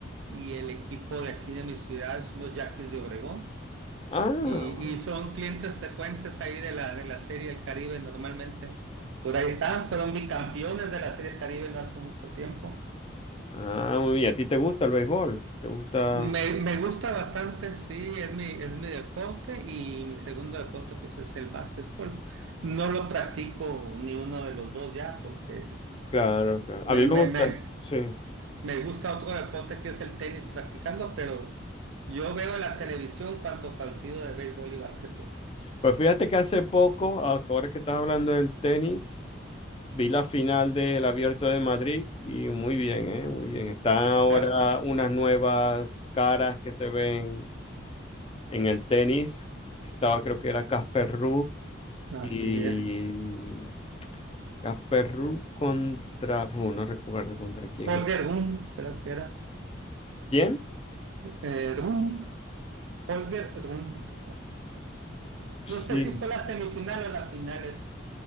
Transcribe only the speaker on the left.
Ah, bueno.
ah, muy bien. ¿A ti te gusta el béisbol? ¿Te gusta?
Claro, claro.
A mí
me gusta,
sí.
Pues fíjate que hace poco, ahora que estás hablando del tenis, vi la final del Abierto de Madrid y muy bien, ¿eh? Muy bien. Están ahora
unas nuevas caras que se ven en el tenis, que estaba creo que era Casper Ruud
y
Casper Ruud contra, Uf, no recuerdo contra quién
es.
¿Quién?
Sí.